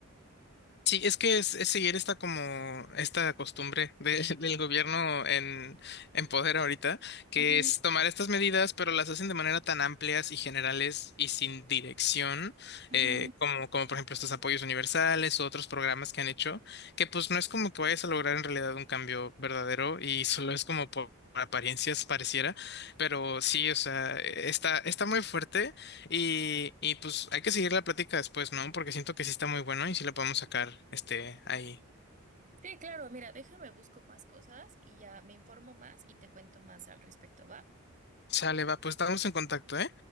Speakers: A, on the left (about 50°); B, on the right (about 35°).
A: Sí, es que es, es seguir esta como esta costumbre de- <laughs> del gobierno en, en poder ahorita, que
B: Ujú,
A: es tomar estas medidas, pero las hacen de manera tan amplias y generales y sin dirección,
B: ujú.
A: eh, como, como por ejemplo estos apoyos universales u otros programas que han hecho, que pues no es como que vayas a lograr en realidad un cambio verdadero y solo es como por apariencias pareciera, pero sí, o sea, está, está muy fuerte y, y pues hay que seguir la plática después, ¿no? Porque siento que sí está muy bueno y sí la podemos sacar, este, ahí.
B: Sí, claro, mira, déjame busco más cosas y ya me informo más y te cuento más al respecto, ¿va?
A: Sale, va, pues estamos en contacto, ¿eh?